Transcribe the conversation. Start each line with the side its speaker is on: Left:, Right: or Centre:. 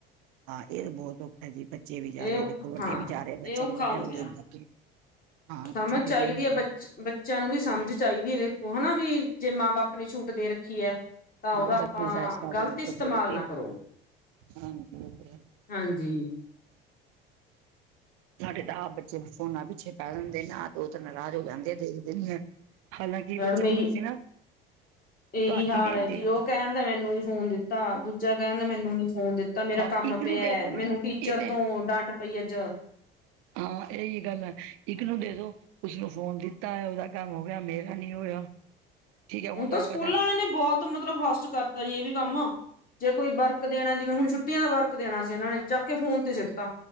Right: ਹਾਂ ਇਹ ਬਹੁਤ ਦੁਖ ਐ ਜੀ, ਬੱਚੇ ਵੀ ਜਾ
Left: ਇਹ
Right: ਰਹੇ ਨੇ, ਦੇਖੋ ਵੱਡੇ
Left: ਹਾਂ
Right: ਵੀ ਜਾ ਰਹੇ,
Left: ਇਹ
Right: ਬੱਚਿਆਂ
Left: ਔਖਾ
Right: ਨੂੰ ਵੱਡਿਆਂ
Left: ਹੋ
Right: ਨੂੰ
Left: ਗਿਆ
Right: ਦੇਖ- ਦੇਖ ਕੇ। ਹਾਂ
Left: ਸਮਝ
Right: ਛੋਟੇ
Left: ਚਾਹੀਦੀ
Right: ਵੀ ਹੋ
Left: ਐ
Right: ਗਏ
Left: ਬੱਚੇ ਬੱਚਿਆਂ ਨੂੰ ਵੀ ਸਮਝ ਚਾਹੀਦੀ ਐ ਵੇਖੋ ਹਨਾ ਵੀ, ਜੇ ਮਾਂ- ਬਾਪ ਨੇ ਛੂਟ ਦੇ ਰੱਖੀ ਐ। ਤਾਂ
Right: ਹਾਂ
Left: ਉਦਾ
Right: ਉਹਦਾ
Left: ਆਪਾਂ
Right: ਨਜਾਇਜ਼ ਫਾਇਦਾ
Left: ਗ਼ਲਤ
Right: ਨਾ
Left: ਇਸਤਮਾਲ
Right: ਚੱਕੋ ਤੁਸੀਂ
Left: ਨਾ ਕਰੋ।
Right: ਹਾਂਜੀ
Left: ਹਾਂਜੀ।
Right: ਸਾਡੇ ਤਾਂ ਆਪ ਬੱਚੇ ਫੋਨਾ ਪਿੱਛੇ ਪੈ ਜਾਂਦੇ ਨੇ ਨਾ, ਤੇ ਉਹ ਤਾਂ ਨਾਰਾਜ਼ ਹੋ ਜਾਂਦੇ ਆ ਦੇਖਦੇ ਨੀ ਐ। ਹਾਲਾਂਕਿ
Left: ਮੈਡਮ
Right: ਬੱਚਿਆਂ
Left: ਇਹੀ
Right: ਨੂੰ ਅਸੀਂ ਨਾ
Left: ਇਹੀ
Right: ਘੱਟ
Left: ਹਾਲ
Right: ਹੀ ਦਿੰਦੇ
Left: ਆ ਜੀ,
Right: ਹਾਂ
Left: ਉਹ ਕਹਿਣ ਦਾ ਮੈਨੂੰ ਨੀ ਫੋਨ ਦਿੱਤਾ, ਦੂਜਾ ਕਹਿਣ ਦਾ ਮੈਨੂੰ ਨੀ ਫੋਨ ਦਿੱਤਾ। ਤਾਂ ਮੇਰਾ
Right: ਹਾਂ
Left: ਕੰਮ
Right: ਇੱਕ ਨੂੰ
Left: ਪਿਆ,
Right: ਦੇ ਦੋ ਨਾ
Left: ਮੈਨੂੰ ਟੀਚਰ
Right: ਇਹ ਤੇ
Left: ਤੋਂ ਡਾਂਟ ਪਈ ਅੱਜ।
Right: ਹਾਂ ਇਹੀ ਗੱਲ ਐ, ਇੱਕ ਨੂੰ ਦੇ ਦੋ ਉਸਨੂੰ ਫੋਨ ਦਿੱਤਾ ਆ, ਉਹਦਾ ਕੰਮ ਹੋ ਗਿਆ ਮੇਰਾ ਨੀ ਹੋਇਆ। ਠੀਕ ਹੈ
Left: ਹੁਣ ਤਾਂ
Right: ਤੁਹਾਨੂੰ
Left: ਸਕੂਲਾਂ
Right: ਪਤਾ
Left: ਆਲੇਆਂ ਨੇ ਬਹੁਤ ਮਤਲਬ ਫਾਸਟ ਕਰਤਾ ਜੀ ਇਹ ਵੀ ਕੰਮ ਜੇ ਕੋਈ ਵਰਕ ਦੇਣਾ। ਜਿਵੇਂ ਹੁਣ ਛੁੱਟੀਆਂ ਦਾ ਵਰਕ ਦੇਣਾ ਸੀ ਇਹਨਾਂ ਨੇ ਚੱਕ ਫੋਨ ਤੇ ਸਿਟਤਾ।